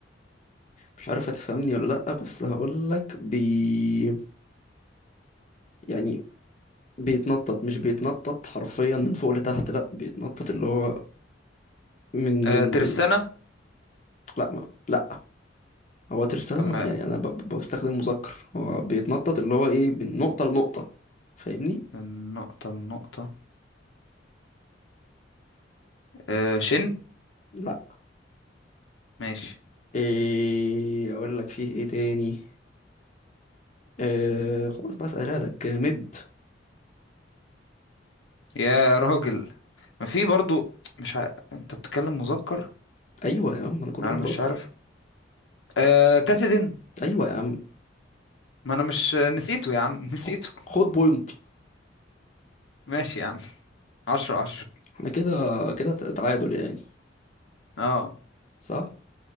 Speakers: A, on the left; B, on the left.
A: مش عارف هتفهمني ولا لأ بس هقولك بي يعني بيتنطط مش بيتنطط حرفيا من فوق لتحت لأ بيتنطط اللي هو من
B: آه
A: من
B: ترسانة
A: من لأ ما لأ هو ترستانا
B: طب ما
A: يعني أنا ب- ب- بستخدم مذكر هو بيتنطط اللي هو إيه من نقطة لنقطة فاهمني؟
B: من نقطة لنقطة آه شن
A: لأ
B: ماشي
A: إيه أقولك فيه إيه تاني آه خلاص بقى سألها لك مد
B: يا راجل ما في برضو مش ع... انت بتتكلم مذكر
A: أيوة يا عم أنا كل
B: انا
A: ده مذكر
B: مش عارف آه كاسدين
A: أيوة يا عم
B: ما انا مش نسيته يا عم <laughs> نسيته
A: خ- خد بوينت
B: ماشي يا عم عشرة عشرة
A: احنا كده كده تعادل يعني
B: اه
A: صح؟